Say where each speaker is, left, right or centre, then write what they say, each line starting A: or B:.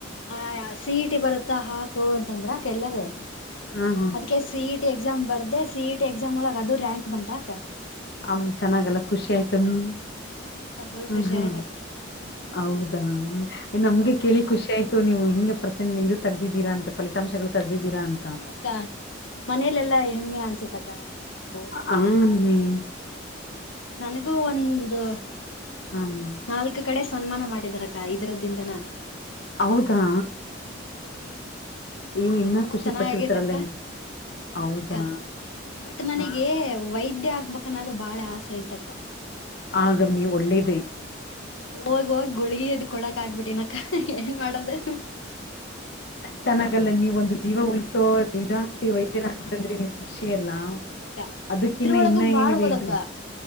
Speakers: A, on the left (about 85°); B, on the left (about 55°).
A: ಆ ಸಿ ಇ ಟಿ ಬರುತ್ತಾ ಹಾಕು ಅಂತಂದ್ರ ಎಲ್ಲರು
B: ಹಾ ಹಾ
A: ಅದ್ಕ್ಕೆ ಸಿ ಇ ಟಿ ಎಕ್ಸಾಮ್ ಬರ್ದೆ ಸಿ ಇ ಟಿ ಎಕ್ಸಾಮ್ ಒಳಗ ಅದು ರ್ಯಂಕ್ ಬಂತ ಅಕ್ಕಾ
B: ಅಮ್ ಚೆನ್ನಾಗಲ್ಲ ಖುಷಿ ಆಯ್ತಮ್ಮಿ
A: ಹಾ ಅಕ್ಕ ಫುಲ್
B: ಹ್
A: ಖುಷಿ
B: ಹ್
A: ಆಯ್ತಕ್ಕ
B: ಹೌದಾ ನಮಗೆ
A: ಹಾ
B: ಕೇಳಿ
A: ಅಕ್ಕ
B: ಖುಷಿ ಆಯ್ತು ನೀವು ಹಿಂಗ ಪ್ರಸೆಂಟ್ ಮೀರಿ ತಗ್ದಿದ್ದೀರಾ ಅಂತ ಫಲಾಂಶಗಳು ತಗ್ದಿದ್ದೀರಾ ಅಂತ
A: ಆ ಅಕ್ಕ ಮನೇಲೆೆಲ್ಲಾ ಹೆಮ್ಮೆ ಅನ್ಸತ್ತಕ್ಕ ಚೆನ್ನಾಗಿ ಓದಿದ್ರ
B: ಹ ಹಾ ಅಮ್ಮಿ
A: ನನಗೂ ಒಂದು
B: ಹಾ ಅಮ್ಮಿ
A: ನಾಲ್ಕು ಕಡೆ ಸನ್ಮಾನ ಮಾಡಿದಾರಕ್ಕ ಇದರದಿಂದನ
B: ಹೌದಾ
A: ಹ ಅಕ್ಕ
B: ಇವು ಇನ್ನ
A: ಎಲ್ಲಾ
B: ಖುಷಿ
A: ಚೆನ್ನಾಗಿದೆ
B: ಪಟ್ಟಿರ್ತಾರಲ್ಲ
A: ಅಕ್ಕ
B: ಹೌದಾ
A: ಹ ಅಕ್ಕ ಬಟ್ ನನಗೆ
B: ಹ
A: ವೈದ್ಯ್ ವೈದ್ಯ್ ಆಗ್ಬೇಕನ್ನೋದು ಅದು ಬಾಳೆ ಆಸೆ ಐತಕ್ಕ
B: ಆಗಮ್ಮಿ ಒಳ್ಳೇದೆ
A: ಹೋಗ್ ಹೋಗಿ ಗುಳ್ಗಿ ಇದದ್ ಕೊಡಕ್ ಆಗ್ಬಿಟ್ಟಿನಕ್ಕ ಏನ್ ಮಾಡೋದು
B: ಚೆನ್ನಾಗಲ್ಲೇ ನೀವ್ ಒಂದು ಜೀವ ಉಳಿಸಲ್ ಸೊ ಇದ್ ಇದಾಗಕ್ತಿ ವೈದ್ಯರ್ ಹಾಕ್ತಂದ್ರೆ ನೀವು ಖುಷಿ ಎಲ್ಲಾ
A: ಹೌದಕ್ಕ
B: ಅದಕ್ಕಿನ್ನ
A: ಇದ್ರೊಳಗು
B: ಇನ್ನ
A: ಮಾಡ್ಬೋದಕ್ಕ
B: ಏನಿದೆ ಇರ್ಲಿ